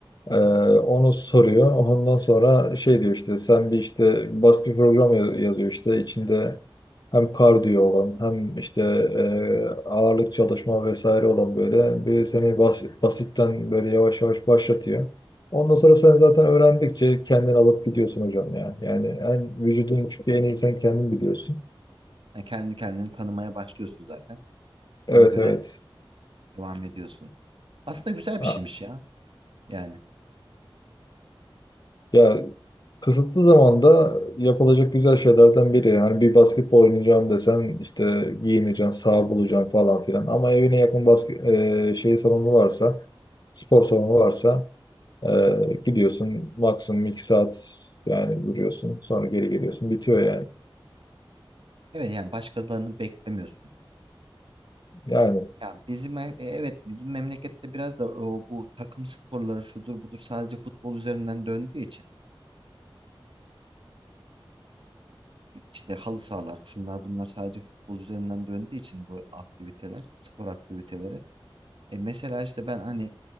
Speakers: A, on the right (about 70°); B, on the left (about 50°).
A: hı
B: Ee,
A: hı.
B: onu soruyor. Ondan sonra şey diyor işte sen bir işte basit bir program ya- yazıyor işte içinde hem kardiyo olan hem işte e, ağırlık çalışma vesaire olan böyle bir seni bas, basitten böyle yavaş yavaş başlatıyor. Ondan sonra sen zaten öğrendikçe kendin alıp gidiyorsun hocam ya. Yani en vücudun çünkü en iyi sen kendin biliyorsun.
A: Yani kendi kendini tanımaya başlıyorsun zaten.
B: Evet
A: Ona göre
B: evet.
A: devam ediyorsun. Aslında güzel
B: Ha.
A: bir şeymiş ya. Yani.
B: Ya Kısıtlı zamanda yapılacak güzel şeylerden biri. Yani bir basketbol oynayacağım desen işte giyineceksin, saha bulacaksın falan filan. Ama evine yakın basket, e, şey salonu varsa, spor salonu varsa e,
A: Hı hı.
B: gidiyorsun maksimum iki saat yani duruyorsun. Sonra geri geliyorsun. Bitiyor yani.
A: Evet yani başkalarını beklemiyorsun.
B: Yani
A: Yani bizim e- evet bizim memlekette biraz da o, bu takım sporları şudur budur sadece futbol üzerinden döndüğü için. işte halı sahalar, şunlar bunlar sadece futbol üzerinden döndüğü için bu aktiviteler, spor aktiviteleri. E mesela işte ben hani